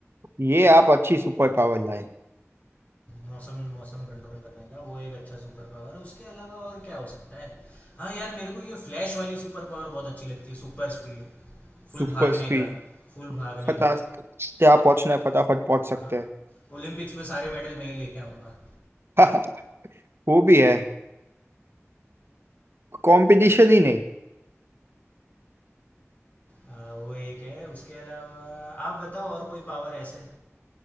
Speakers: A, on the right; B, on the left.
A: ये आप अच्छी सुपर पावर लाए
B: मौसम मौसम कंट्रोल करने का वो एक अच्छा सुपर पावर है उसके अलावा और क्या हो सकता है हाँ यार मेरे को ये फ्लैश वाली सुपर पावर बहुत अच्छी लगती है सुपर स्पीड फुल
A: Super
B: भागने
A: speed
B: का फुल भागने
A: फटाफट
B: का
A: क्या पहुंचना है फटाफट पहुंच सकते
B: हाँ
A: हैं
B: ओलंपिक्स में सारे मेडल मैं ही लेके आऊँगा
A: <laughs> वो भी है कंपटीशन ही नहीं
B: हाँ, वो एक है उसके अलावा आप बताओ और कोई पावर ऐसे